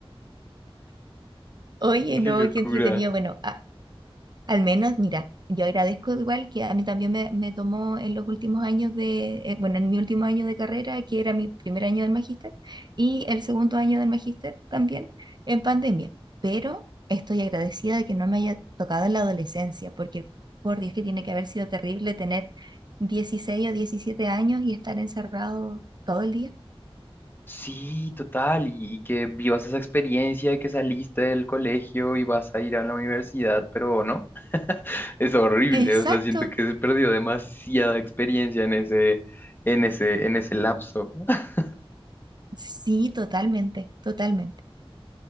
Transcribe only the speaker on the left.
<laughs> Qué
locura.
Sí, total, y que vivas esa experiencia de que saliste del colegio y vas a ir a la universidad, pero no. Es horrible,
o sea, siento que se perdió demasiada experiencia en ese, en ese, en ese lapso. <laughs>